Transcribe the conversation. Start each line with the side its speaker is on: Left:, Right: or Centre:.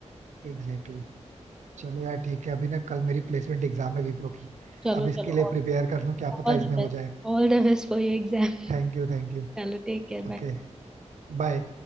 Right: exactly exactly. चलो यार ठीक है अभी ना कल मेरी प्लेसमेंट एग्जाम है विप्रो की
Centre: चलो
Right: अब इसके
Centre: चलो
Right: लिए
Centre: और
Right: प्रिपेयर कर लूं क्या पता
Centre: all the
Right: इसमें हो
Centre: best
Right: जाए
Centre: all the best for your exam <laughs>
Right: Thank you thank you
Centre: चलो टेक केयर
Right: Okay
Centre: बाय
Right: Bye